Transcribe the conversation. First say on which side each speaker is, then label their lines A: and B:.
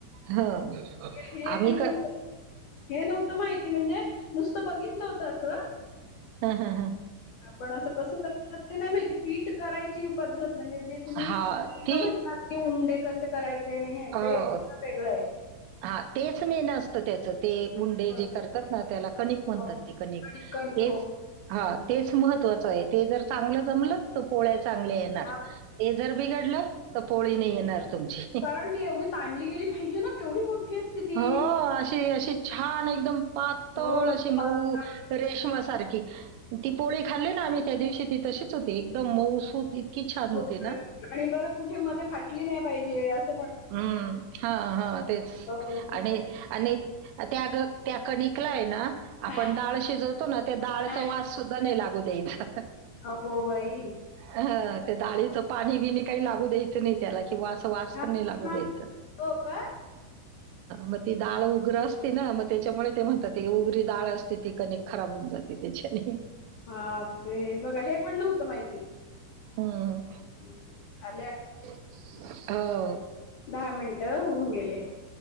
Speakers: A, on the right; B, on the left.
A: हं.
B: हे
A: आम्ही
B: नव्हत
A: क
B: <inaudible> हे नव्हतं माहित कि म्हणजे नुसतं बघितलं होतं असं
A: हा हा हा
B: आपण असं कसं करतात ते नाही माहिती पीठ करायची पद्धत म्हणजे जे तुम्ही
A: हा
B: पहिलं
A: ती
B: म्हणतात की उंडे कसे करायचे आणि हे ते
A: अं,
B: वेगळं आहे.
A: हा तेच मेन असतं त्याच ते उंडे
B: होय.
A: जे करतात ना त्याला कणिक म्हणतात
B: हो,
A: ते कणिक तेच
B: कणिक हो
A: हा तेच महत्त्वाचं आहे ते जर चांगलं जमलं तर पोळ्या चांगल्या येतात.
B: हां,
A: ते जर बिघडलं तर पोळी नाही येणार तुमची
B: कारण ती एवढी ताणली गेली पाहिजे ना केवढी मोठी असते ती.
A: हो अशी अशी छान एकदम पातळ
B: हो
A: अशी मऊ
B: पातळ
A: रेशमा सारखी ती पोळी खाल्ली ना आम्ही त्या दिवशी ती तशीच होती एकदम माऊसत होती. की छान होती
B: हो.
A: ना
B: आणि बरं कुठे मध्ये फाटली नाही पाहिजे अस
A: हम्म हा हा तेच
B: हो खूपच
A: आणि, आणि त्या त्या कनिकलाय ना आपण
B: हा
A: डाळ शिजवतो ना त्या डाळचा
B: हा
A: वास सुद्धा नाही लागू द्यायचां.
B: अगो बाई
A: ह डाळीच
B: हां,
A: पाणी काही लागू द्यायचं नाही त्याला किंवा वास
B: हां,
A: लागू
B: हां.
A: द्यायचं,
B: हो का
A: मग ते दाळ असते ना त्याच्यामुळे ते म्हणताती <unintelligible> गरी डाळ असते ती कनेिक खराब होऊन जाते त्याच्याने
B: बाप रे बघा हे पण नव्हतं माहिती
A: हम्म.
B: ् <inaudible> ले
A: हो.
B: दहा मिनटं होऊन गेले